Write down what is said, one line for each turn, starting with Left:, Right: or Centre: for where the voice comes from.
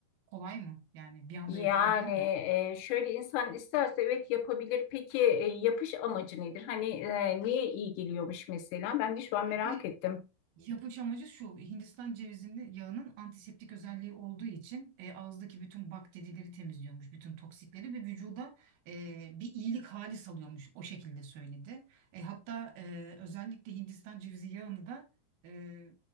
Right: kolay mı? Yani bir anda
Left: Yani
Right: yapılabilir mi?
Left: e, şöyle insan isterse evet yapabilir. Peki e, yapış amacı nedir? Hani e, niye iyi geliyormuş mesela? Ben de şu an merak
Right: Yapı,
Left: ettim.
Right: Yapış amacı şu, Hindistan cevizinin yağının antiseptik özelliği olduğu için e, ağızdaki bütün bakterileri temizliyormuş, bütün toksikleri ve vücuda e, bir iyilik hali salıyormuş, o şekilde söyledi. E, hatta e, özellikle Hindistan cevizi yağını da e,